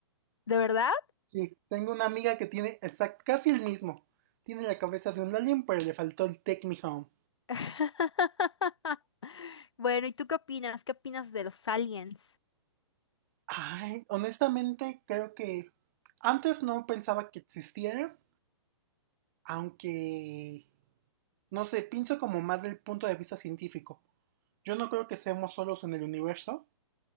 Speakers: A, on the left; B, on the right.
A: ¿De verdad?
B: Sí, tengo una amiga que tiene exact- casi el mismo. Tiene la cabeza de un alien, pero le faltó el Take Me Home.
A: <laughs> Bueno, ¿y tú qué opinas? ¿Qué opinas de los aliens?
B: Ay, honestamente creo que antes no pensaba que existiera, aunque, no sé, pienso como más del punto de vista científico. Yo no creo que seamos solos en el universo